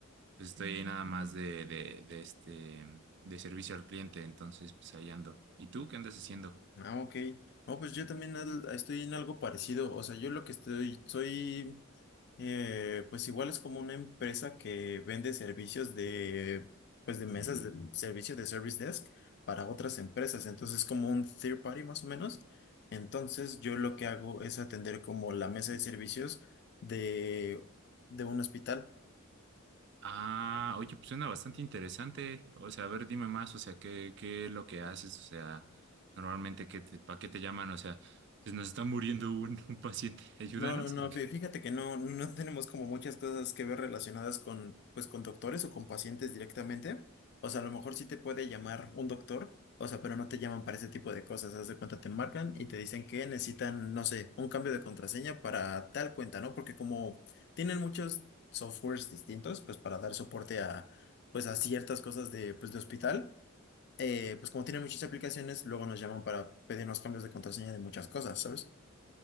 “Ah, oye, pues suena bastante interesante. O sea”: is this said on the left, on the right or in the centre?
Right